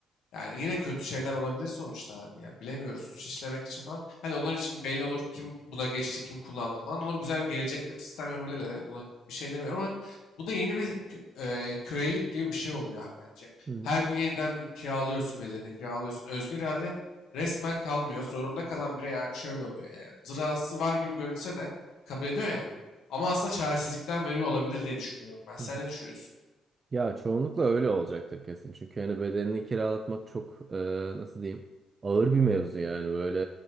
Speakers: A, on the left; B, on the right.
A: Yani yine kötü şeyler olabilir sonuçta abi ya. Bilemiyoruz suç işlemek için falan. Hadi onlar için belli olur kim buna geçti, kim kullandı falan. Ona güzel gelecekte bir sistem yapabilirler. Evet ona bir şey demiyorum ama bu da yeni bir kö- e, kölelik gibi bir şey oluyor abi bence.
B: hı.
A: Her gün yeniden kiralıyorsun bedenini, kiralıyorsun. Özgür irade resmen kalmıyor. Zorunda kalan birey abi şöyle oluyor yani. Zırhası var gibi görünse de kabul ediyor ya. Ama aslında çaresizlikten veriyor olabilir diye düşünüyorum ben. Sen
B: Hı hı.
A: ne düşünüyorsun?
B: Ya çoğunlukla öyle olacaktır kesin. Çünkü hani bedenini kiralatmak çok e, nasıl diyeyim ağır bir mevzu yani. Böyle